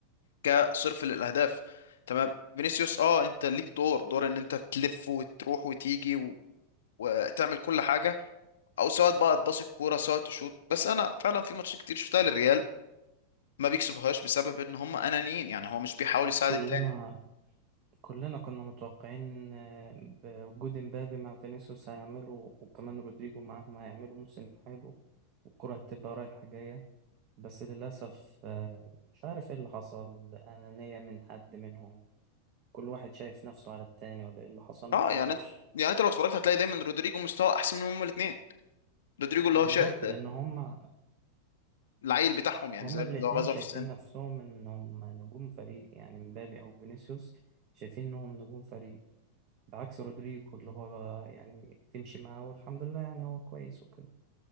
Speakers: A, on the left; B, on the right.
A: كصرف للاهداف تمام فينيسيوس اه انت ليك دور دور ان انت تلف وتروح وتيجي و... وتعمل كل حاجه او سواء بقى تباصي الكوره سواء تشوط بس انا فعلا في ماتشات كتير شفتها للريال ما بيكسبوهاش بسبب ان هم انانيين يعني هو مش بيحاول يساعد
B: كلنا
A: التاني
B: كلنا كنا متوقعين ان بوجود امبابي مع فينيسيوس هيعملوا وكمان رودريجو معاهم هيعملوا موسم حلو والكرة هتبقى رايحة جاية بس للأسف آه، مش عارف ايه اللي حصل أنانية من حد منهم كل واحد شايف نفسه على التاني ولا ايه اللي حصل ما
A: اه
B: تعرفش
A: يعني انت- يعني انت لو اتفرجت هتلاقي دايما رودريجو مستوى احسن منهم هما الاثنين رودريجو اللي
B: بالظبط
A: هو شا...
B: لأن هما
A: العيل بتاعهم يعني
B: هما
A: زي
B: الاتنين
A: اللي هو غزر
B: شايفين
A: في السن
B: نفسهم انهم نجوم فريق يعني مبابي أو فينيسيوس شايفين انهم نجوم فريق بعكس رودريجو اللي هو يعني بتمشي معاه والحمد لله يعني هو كويس وكده